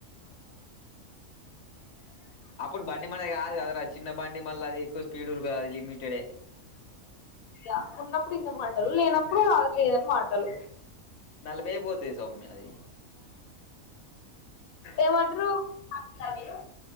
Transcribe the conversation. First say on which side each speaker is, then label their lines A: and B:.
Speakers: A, on the left; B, on the left.
A: అప్పుడు బండి మనది కాదు కదరా చిన్న బండి మళ్ళీ అది ఎక్కుసు. పీడుర్గాది లిమిటెడ్
B: అ ఉన్నప్పుడు ఇన్న మాటలు లేనప్పుడే లేదన్ మాటలు
A: నలభై పోతది సౌమ్య అది
B: ఏమంటరు సమీరు